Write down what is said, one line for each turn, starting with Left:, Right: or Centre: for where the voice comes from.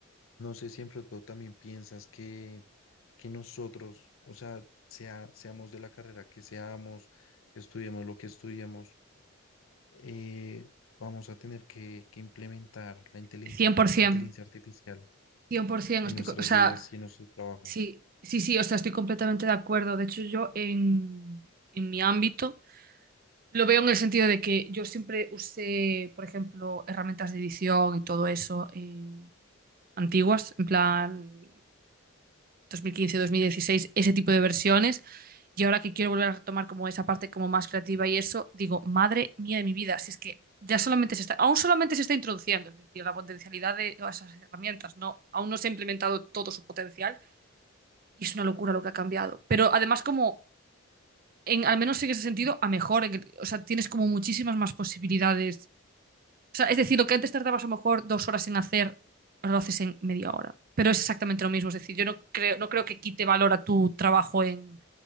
Left: no sé si en pronto también piensas que que nosotros, o sea, sea, seamos de la carrera que seamos, estudiemos lo que estudiemos, eh, vamos a tener que, que implementar la inteligencia,
Right: 100%.
Left: inteligencia artificial
Right: 100%,
Left: en
Right: estoy,
Left: nuestras
Right: co- o sea,
Left: vidas y en nuestro trabajo.
Right: sí, sí, sí, o sea, estoy completamente de acuerdo. De hecho, yo en, en mi ámbito lo veo en el sentido de que yo siempre usé, por ejemplo, herramientas de edición y todo eso eh, antiguas, en plan dos dos mil quince dos mil dieciséis ese tipo de versiones. Y ahora que quiero volver a retomar como esa parte como más creativa y eso, digo, madre mía de mi vida, si es que ya solamente se está, aún solamente se está introduciendo, es decir, la potencialidad de todas esas herramientas, no, aún no se ha implementado todo su potencial. Y es una locura lo que ha cambiado. Pero además como, en, al menos en ese sentido, a mejor. en que- O sea, tienes como muchísimas más posibilidades. O sea, es decir, lo que antes tardabas a lo mejor dos horas en hacer, ahora lo haces en media hora. Pero es exactamente lo mismo. Es decir, yo no creo, no creo que quite valor a tu trabajo en,